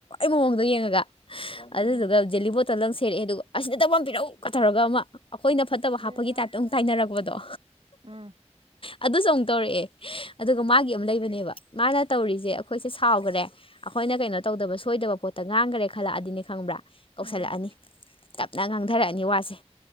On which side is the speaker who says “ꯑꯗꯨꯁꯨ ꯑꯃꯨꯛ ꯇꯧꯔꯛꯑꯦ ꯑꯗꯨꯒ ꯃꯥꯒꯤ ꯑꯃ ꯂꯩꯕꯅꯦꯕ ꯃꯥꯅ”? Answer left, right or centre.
Left